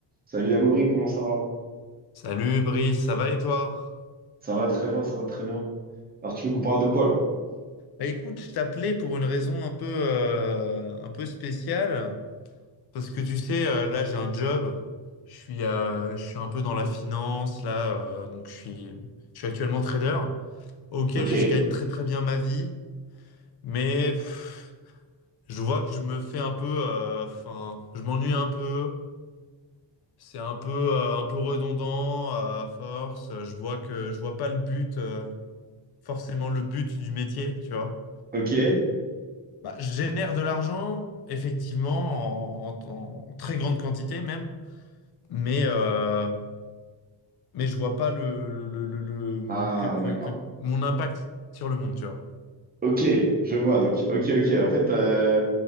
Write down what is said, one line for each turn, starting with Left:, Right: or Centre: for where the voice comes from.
Right: Salut Amaury, comment ça va?
Left: Salut Brice, ça va et toi?
Right: Ça va très bien, ça va très bien. Alors tu veux qu'on parle de quoi là?
Left: Bah, écoute, je t'appelais pour une raison un peu, euh, un peu spéciale. Parce que tu sais, euh, là j'ai un job, je suis, euh, je suis un peu dans la finance, là, euh, donc je suis, je suis actuellement trader. Ok, je
Right: Ok.
Left: gagne très très bien ma vie, mais pff, je vois que je me fais un peu, euh, enfin, je m'ennuie un peu, c'est un peu, euh, un peu redondant, euh, à force, je vois que je vois pas le but, euh, forcément le but du métier, tu vois.
Right: Ok.
Left: Bah, je génère de l'argent, effectivement, en, en- en très grande quantité même, mais, euh, mais je vois pas le, le- le- le-
Right: Ah
Left: que, que-
Right: d'accord.
Left: que- mon impact sur le monde, tu vois.
Right: Ok, je vois. Donc ok, ok. En fait, euh,